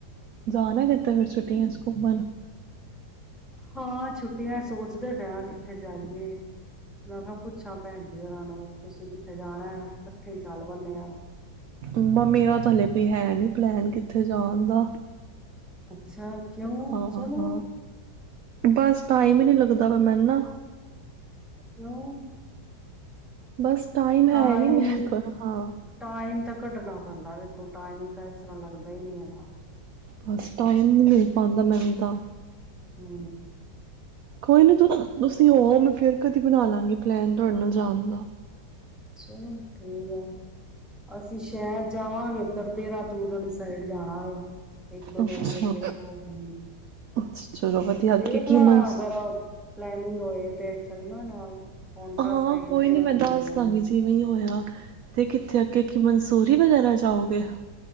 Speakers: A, on the right; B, in the centre.
A: ਜਾਣਾ ਕਿਤੇ ਫਿਰ ਛੁੱਟੀਆਂ ਚ ਘੁੰਮਣ
B: ਹਾਂ ਛੁ ਛੁਟਿਆਂ ਸੋਚਦੇ ਪਏ ਆਂ ਕਿੱਥੇ ਜਾਈਏ? ਮੈਂ ਕਿਹਾ ਪੁੱਛਾਂ ਭੈਣ ਜੀ ਓਰਾਂ ਨੂੰ। ਤੁਸੀਂ ਕਿੱਥੇ ਜਾਣਾ, ਇਕੱਠੇ ਹੀ ਚੱਲ ਪੈਨੇ ਆਂ।
A: ਨਾ ਮੇਰਾ ਤਾਂ ਹਲੇੇ ਕੋਈ ਹੈ ਨਹੀਂ ਪਲੈਨ ਕਿੱਥੇ ਜਾਨ ਦਾ।
B: ਅੱਛਾ। ਕਿਉਂ
A: ਹਾਂ
B: ਚਲੋ
A: ਬਸ ਟਾਈਮ ਹੀ ਨਹੀਂ ਲੱਗਦਾ ਪਿਆ ਮੈਨੂੰ ਨਾ।
B: ਕਿਉਂ?
A: ਬਸ ਟਾਈਮ ਹੈ
B: ਟਾਈਮ,
A: ਨੀ ਮੇਰੇ ਕੋਲ ਹਾਂ
B: ਟਾਈਮ ਤਾਂ ਕੱਢਣਾ ਪੈਂਦਾ ਵੇਖੋ ਟਾਈਮ ਤਾਂ ਇਸ ਤਰ੍ਹਾਂ ਲੱਗਦਾ ਹੀ ਨੀ ਹੈਗਾ।
A: ਬਸ ਟਾਈਮ ਨੀ ਮਿਲ ਪਾਂਦਾ ਮੈਨੂੰ ਤਾਂ
B: ਹੂੰ।
A: ਕੋਈ ਨੀ ਤੁਸੀਂ ਹੋ ਆਓ ਮੈਂ ਫਿਰ ਕਦੀ ਬਨਾ ਲਾਂਗੀ ਪਲੈਨ ਤੁਹਾਡੇ ਨਾਲ ਜਾਨ ਦਾ।
B: ਚੱਲੋ ਠੀਕ ਐ। ਅਸੀਂ ਸ਼ੈਦ ਜਾਵਾਂਗੇ। ਇਧਰ ਦੇਹਰਾਦੂਨ ਵਾਲੀ ਸਾਈਡ ਜਾਣਾ ਵੇ। ਇੱਕ ਦੋ ਦਿਨ
A: ਅੱਛਾ
B: ਤੱਕ ਵੇਖੋ ਹੂੰ।
A: ਅੱਛਾ ਚਲੋ ਵਧੀਆ ਅੱਗੇ
B: ਦੇਖ
A: ਕੀ
B: ਲੈਣਾ
A: ਮਸ
B: ਅਗਰ ਪਲੈਨ <unintelligible> ਹੋਏ ਤੇ ਚੱਲਣਾ ਨਾਲ। ਪੋਂਟਾ
A: ਹਾਂ
B: ਸਾਈਡ
A: ਕੋਈ
B: ਦੇਹਰਾਦੂਨ
A: ਨੀ ਮੈਂ ਦੱਸ
B: ਨੂੰ
A: ਦਾਂਗੀ
B: ਹੂੰ
A: ਜਿਵੇਂ ਹੋਇਆ, ਤੇ ਕਿੱਥੇ ਅੱਗੇ ਕੀ ਮਨਸੂਰੀ ਬੈਂਕ ਵਗੈਰਾ ਜਾਉਗੇ।